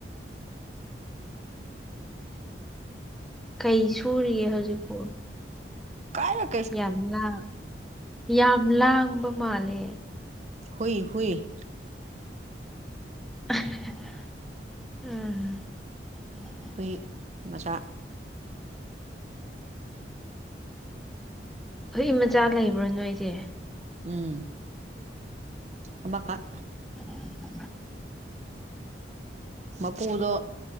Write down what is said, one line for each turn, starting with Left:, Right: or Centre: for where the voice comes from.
Centre: ꯀꯩ ꯁꯨꯔꯤꯒꯦ ꯍꯧꯖꯤꯛꯄꯣ
Right: ꯀꯥꯏ
Centre: ꯌꯥꯝ ꯂꯥꯡ ꯌꯥꯝ ꯂꯥꯡꯕ ꯃꯥꯜꯂꯦ
Right: ꯍꯨꯏ ꯍꯨꯏ
Centre: <unintelligible>
Right: ꯍꯨꯢ ꯃꯆꯥ
Centre: ꯍꯨꯏ ꯃꯆꯥ ꯂꯩꯕ꯭ꯔꯣ ꯅꯣꯏꯗꯤ
Right: ꯎꯝ ꯑꯃꯈꯛ
Centre: <inaudible>
Right: ꯃꯄꯨꯗꯣ